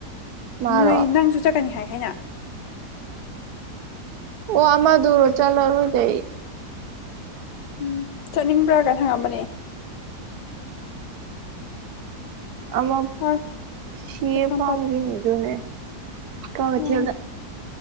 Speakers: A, on the right (about 70°); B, on the left (about 85°).
A: ꯃꯥꯔꯣ
B: ꯅꯣꯏ ꯅꯪꯁꯨ ꯆꯠꯀꯅꯤ ꯍꯥꯏ ꯍꯥꯏꯅ
A: ꯑꯣ ꯑꯃꯗꯔ ꯆꯜꯂꯔꯣꯏꯗꯏ
B: ꯎꯝ ꯆꯠꯅꯤꯡꯕ꯭ꯔꯥꯒ ꯊꯪꯉꯝꯕꯅꯦ
A: ꯑꯃ
B: ꯑꯥ
A: ꯁꯤꯌꯦ
B: ꯀꯩꯁꯥꯝꯄꯥꯠ
A: ꯄꯥꯝꯒꯤꯅꯗꯨꯅꯦ ꯀꯣꯇꯅ
B: ꯎꯝ